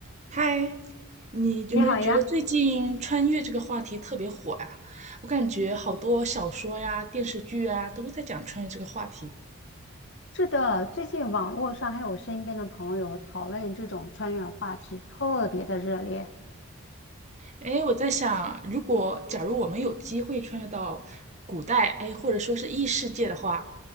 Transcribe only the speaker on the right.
嗨，你有没有觉得最近穿越这个话题特别火呀？
我感觉好多小说呀、电视剧啊都在讲穿越这个话题。
哎，我在想，如果假如我们有机会穿越到古代，哎，或者说是异世界的话，